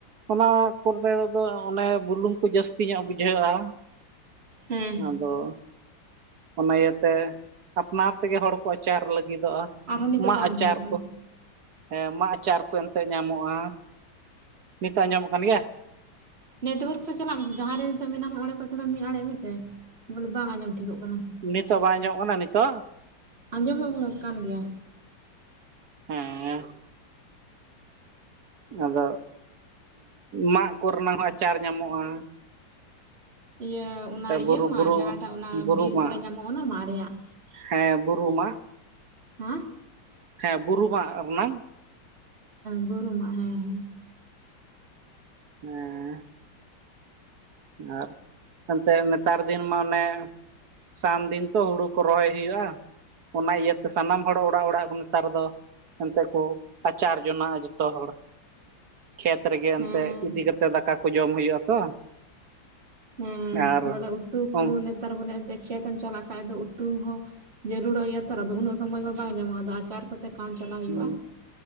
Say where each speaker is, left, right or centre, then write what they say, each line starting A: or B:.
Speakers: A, on the right; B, on the right.
A: ᱚᱱᱟ ᱠᱚᱨᱮ ᱫᱚ ᱚᱱᱮ ᱵᱩᱞᱩᱝ ᱠᱚ ᱡᱟᱹᱥᱛᱤ ᱧᱚᱜ ᱵᱩᱡᱷᱟᱹᱜᱼᱟ᱾
B: ᱦᱮᱸ
A: ᱟᱫᱚ ᱚᱱᱟ ᱤᱭᱟᱹᱛᱮ ᱟᱯᱱᱟᱨ ᱛᱮᱜᱮ ᱦᱚᱲ ᱠᱚ ᱟᱪᱟᱨ ᱞᱟᱹᱜᱤᱫ ᱞᱟᱹᱜᱤᱫᱚᱜᱼᱟ᱾
B: ᱟᱨᱦᱚᱸ ᱱᱤᱛᱚᱜ
A: ᱢᱟᱜ
B: ᱵᱟᱝ
A: ᱟᱪᱟᱨ
B: ᱟᱸᱡᱚᱢᱚᱜ ᱠᱟᱱᱟ
A: ᱠᱚ ᱦᱮᱸ ᱢᱟᱜ ᱟᱪᱟᱨ ᱠᱚ ᱮᱱᱛᱮᱜ ᱧᱟᱢᱚᱜᱼᱟ᱾ ᱱᱤᱛᱚᱜ ᱟᱸᱡᱚᱢᱚᱜ ᱠᱟᱱ ᱜᱮᱭᱟ?
B: ᱱᱮᱴᱳᱣᱟᱨᱠ ᱠᱚ ᱪᱟᱞᱟᱜ ᱢᱮᱥᱮ ᱡᱟᱦᱟᱸᱨᱮ ᱱᱤᱛᱚᱜ ᱢᱮᱱᱟᱢ ᱚᱸᱰᱮ ᱠᱷᱚᱱ ᱪᱟᱞᱟᱜ ᱢᱮ ᱢᱤᱫ ᱟᱲᱮ ᱢᱮᱥᱮ ᱵᱚᱞᱮ ᱵᱟᱝ ᱟᱸᱡᱚᱢ ᱴᱷᱤᱠᱚᱜ ᱠᱟᱱᱟ
A: ᱱᱤᱛᱚᱜ ᱵᱟᱝ ᱟᱡᱚᱢ ᱠᱟᱱᱟ ᱱᱤᱛᱚᱜ
B: ᱟᱸᱡᱚᱢᱚᱜ ᱠᱟᱱ ᱜᱮᱭᱟ᱾ <inaudible>
A: ᱦᱮᱸ ᱟᱫᱚ ᱢᱟᱜ ᱠᱚᱨᱮᱱᱟ ᱦᱚᱸ ᱟᱪᱟᱨ ᱧᱟᱢᱚᱜᱼᱟ᱾
B: ᱤᱭᱟᱹ ᱚᱱᱟ ᱤᱭᱟᱹ
A: ᱵᱩᱨᱩ
B: ᱢᱟ
A: ᱵᱩᱨᱩ
B: ᱡᱟᱦᱟᱸᱴᱟᱜ ᱚᱱᱟ
A: ᱵᱩᱨᱩ
B: ᱵᱤᱨ
A: ᱢᱟᱜ
B: ᱠᱚᱨᱮ ᱧᱟᱢᱚᱜ ᱚᱱᱟ ᱢᱟᱜ ᱨᱮᱭᱟᱜ
A: ᱦᱮᱸ ᱵᱩᱨᱩ ᱢᱟᱜ
B: ᱦᱮᱸ
A: ᱦᱮᱸ ᱵᱩᱨᱩ ᱢᱟᱜ ᱨᱮᱱᱟᱝ
B: ᱵᱩᱨᱩ ᱢᱟᱜ ᱦᱮᱸ ᱦᱮᱸ
A: ᱦᱮᱸ ᱟᱨ ᱮᱱᱛᱮᱫ ᱱᱮᱛᱟᱨ ᱫᱤᱱ ᱢᱟ ᱚᱱᱮ ᱥᱟᱱ ᱫᱤᱱ ᱛᱚ ᱦᱩᱲᱩ ᱠᱚ ᱨᱚᱦᱚᱭ ᱦᱩᱭᱩᱜᱼᱟ᱾ ᱚᱱᱟ ᱤᱭᱟᱹᱛᱮ ᱥᱟᱱᱟᱢ ᱦᱚᱲ ᱚᱲᱟᱜ ᱚᱲᱟᱜ ᱠᱚ ᱱᱮᱛᱟᱨ ᱫᱚ ᱮᱱᱛᱮᱜ ᱠᱚ ᱟᱪᱟᱨ ᱡᱚᱱᱟᱜᱼᱟ ᱡᱚᱛᱚ ᱦᱚᱲ ᱠᱷᱮᱛ ᱨᱮᱜᱮ
B: ᱦᱮᱸ
A: ᱮᱱᱛᱮᱜ ᱤᱫᱤ ᱠᱟᱛᱮᱜ ᱫᱟᱠᱟ ᱠᱚ ᱡᱚᱢ ᱦᱩᱭᱩᱜᱼᱟ ᱛᱚ
B: ᱦᱮᱸ
A: ᱟᱨ
B: ᱵᱚᱞᱮ ᱩᱛᱩ
A: ᱦᱮᱸ
B: ᱠᱚ ᱱᱮᱛᱟᱨ ᱵᱚᱞᱮ ᱮ ᱠᱷᱮᱛ ᱮᱢ ᱪᱟᱞᱟᱜ ᱠᱷᱟ ᱫᱚ ᱩᱛᱩ ᱦᱚᱸ ᱡᱟᱹᱨᱩᱲᱚᱜ ᱜᱮᱭᱟ ᱛᱚ ᱩᱱᱟᱹᱜ ᱥᱚᱢᱚᱭ ᱢᱟ ᱵᱟᱝ ᱧᱟᱢᱚᱜᱼᱟ ᱟᱫᱚ ᱟᱪᱟᱨ ᱠᱚᱛᱮ ᱠᱟᱢ ᱪᱟᱞᱟᱣ ᱦᱩᱭᱩᱜᱼᱟ
A: ᱦᱮᱸ